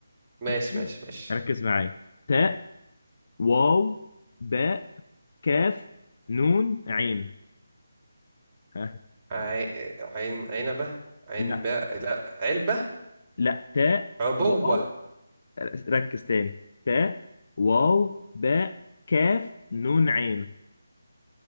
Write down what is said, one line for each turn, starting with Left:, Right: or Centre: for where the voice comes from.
Right: ماشي
Left: ماشي
Right: ماشي ماشي
Left: ركز معايا تاء واو باء كاف نون عين ها
Right: عي... عين عنبة عين
Left: لا
Right: باء لا علبة
Left: لا تاء
Right: عبوة
Left: واو ركز تاني تاء واو باء كاف نون عين